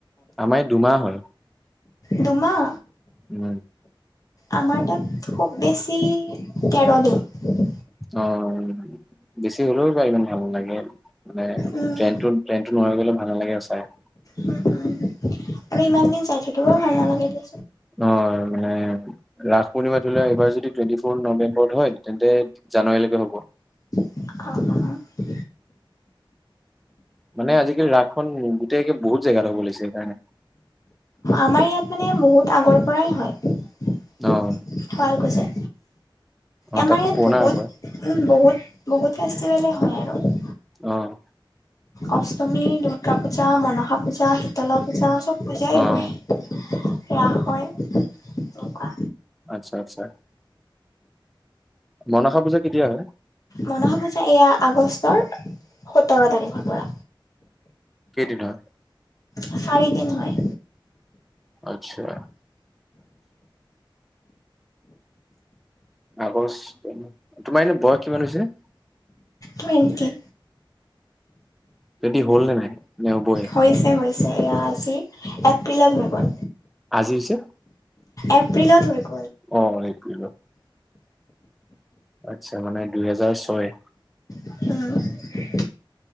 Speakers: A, in the centre; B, on the left.
A: আমাৰ দুমাহ হয়।
B: দুমাহ?
A: উম।
B: আমাৰ তাত খুব বেছি তেৰ দিন।
A: অ'। বেছি হলেও বা ইমান ভাল নালাগে মানে
B: উম,
A: ট্ৰেইনতটো ট্ৰেইনতটো নোৱাৰি গলেও ভাল নালাগে চাই।
B: উম, উম
A: <unintelligible>
B: আৰু ইমান দিন যাই থাকিবও ভাল নালাগে দে
A: অ' মানে ৰাস পূৰ্ণিমা ধৰি লোৱা এইবাৰ যদি টুৱেণ্টি ফ'ৰ নৱেম্বৰত হয় তেন্তে জানুৱাৰীলৈকে হ'ব।
B: অ'।
A: মানে আজিকালি ৰাসখন গোটেইকে বহুত জেগাত হ'ব লৈছে সেইকাৰণে।
B: আমাৰ ইয়াত মানে বহুত আগৰ পৰাই হয়।
A: অ'।
B: শুৱালকুচি
A: অ',
B: আমাৰ
A: তাততো
B: ইয়াত
A: পুৰণা
B: বহুত
A: ৰাস হয়।
B: বহুত বহুত ফেষ্টিভেলে হয় আৰু।
A: অ',
B: অষ্টমী, দুূৰ্গা পূজা, মনসা পূজা, শীতলা পূজা, চব পূজাই
A: অ',
B: হয় ৰাস
A: মনসা
B: হয়।
A: পূজা
B: এনেকুৱা।
A: আচ্ছা আচ্ছা মনাসা পূজা কেতিয়া হয়?
B: মনসা পূজা এয়া আগষ্টৰ সোতৰ তাৰিখৰ পৰা।
A: কেইদিন হয়?
B: চাৰিদিন হয়।
A: আচ্ছা। আগষ্ট তোমাৰ এনে বয়স কিমান হৈছে?
B: টুৱেণ্টি।
A: টুৱেণ্টি হ'ল নে নাই? নে হ'বহে?
B: হৈছে হৈছে এয়া আজি এপ্ৰিলত হৈ গ'ল।
A: আজি হৈছে?
B: এপ্ৰিলত হৈ গ'ল।
A: অ' এইটো। আচ্ছা মানে দুইহেজাৰ ছয়।
B: উম,।